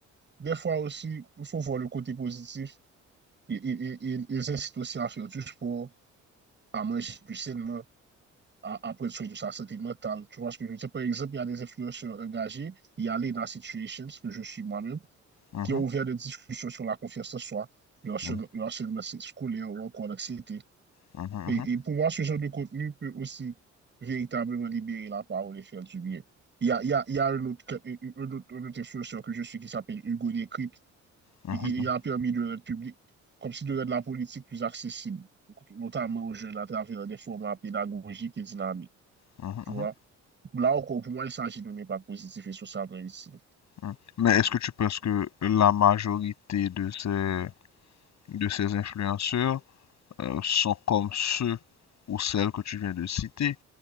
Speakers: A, on the right; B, on the left.
A: des fois aussi, il faut voir le côté positif. Et, ils incitent aussi à faire du sport, à manger plus sainement, après tout de sa santé mentale. Tu vois ce que je veux dire? Par exemple, il y a des influenceurs engagés, il y a Lena Situations, que je suis moi-même,
B: Mhm,
A: qui ont ouvert des discussions sur la confiance en soi, le harcèlement,
B: mhm,
A: le harcèlement scolaire ou encore l'anxiété.
B: mhm,
A: Et, et pour moi, ce genre de contenu peut aussi véritablement libérer la parole et faire du bien. Il y a, il y a, il y a un, autre, un, autre, un autre influenceur que je suis qui s'appelle Hugo Décrypte.
B: mhm,
A: Il,
B: mhm,
A: il a permis de rendre public, comme si de rendre la politique plus accessible, notamment aux jeunes à travers des formats pédagogiques et dynamiques.
B: mhm,
A: Tu
B: mhm,
A: vois? Là encore, pour moi, il s'agit de ne pas positif et socialement utile.
B: mhm. Mais est-ce que tu penses que la majorité de ces, de ces influenceurs euh, sont comme ceux ou celles que tu viens de citer?